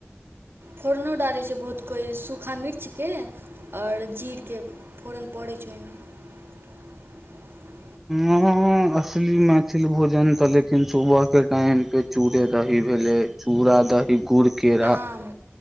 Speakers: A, on the right (about 65°); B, in the centre.
A: फोड़नो डालैत छै बहुत कोई सूख। सुखा मिर्चके आओर जीरके फोरन पड़ैत छै ओहिमे। <inaudible>
B: हां, असली मैथिल भोजन त लेकिन सुबह के टाइम पे चूड़े दही भेले। चूड़ा, दहि, गूड़, केरा।
A: आम